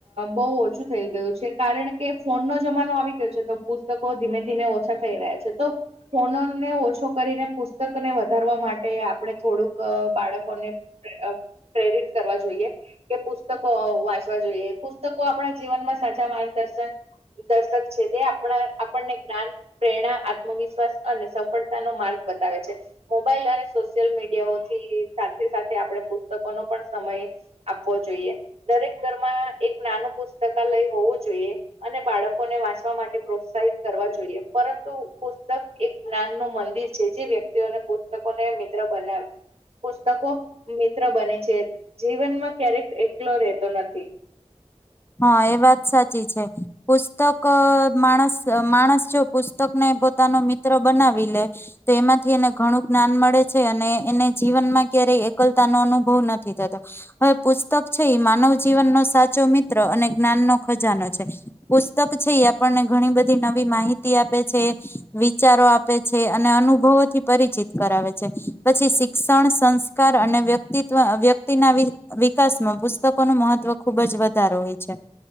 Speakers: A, on the right; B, on the left.
A: બહુ ઓછું થઈ ગયું છે કારણ કે ફોનનો જમાનો આવી ગયો છે તો પુસ્તકો ધીમે ધીમે ઓછા થઈ રહ્યા છે તો ફનોને ઓછો કરીને પુસ્તકને વધારવા માટે આપણે થોડુંક બાળકોને પ્રેરિત કરવા જોઈએ કે પુસ્તકો વાંચવા જોઈએ પુસ્તકો આપણા જીવનમાં સાચા માર્ગદર્શક દર્શક છે તે આપણા આપણને જ્ઞાન પ્રેરણા આત્મવિશ્વાસ અને સફળતા ન માર્ગ બતાવે છે મોબાઈલ અને સોશિયલ મીડિયાઓથી સાથે સાથે આપણે પુસ્તકો નનો પણ સમય આપવો જોઈએ દરેક ઘરમાં એક નાનું પુસ્તકાલય હોવું જોઈએ અને બાળકોને વાંચવા માટે પ્રોત્સાહિત કરવા જોઈએ પરંતુ પુસ્તક એક જ્ઞાન નું મંદિર છે જે વ્યક્તિઓને પુસ્તકોને મિત્ર બનાવે પુસ્તકો મિત્ર બને છે જીવનમાં ક્યારેક એકલો રહેતો નથી.
B: હા એ વાત સાચી છે પુસ્તક માણસ માણસ જો પુસ્તકને પોતાનો મિત્ર બનાવી લે તો એમાંથી એને ઘણું જ્ઞાન મળે છે અને એને જીવનમાં ક્યારેય એકલતા નો અનુભવ નથી થતો હવે પુસ્તક છે એ માનવ જીવનનો સાચો મિત્ર અને જ્ઞાન નો ખજાનો છે પુસ્તક છે એ આપણને ઘણી બધી નવી માહિતી આપે છે વિચારો આપે છે અને અનુભવોથી પરિચિત કરાવે છે પછી શિક્ષણ સંસ્કાર અને વ્યક્તિત્વ વ્યક્તિના વિકાસમાં પુસ્તકો ન મહત્વ ખુબ જ વધ સારો હોય છે.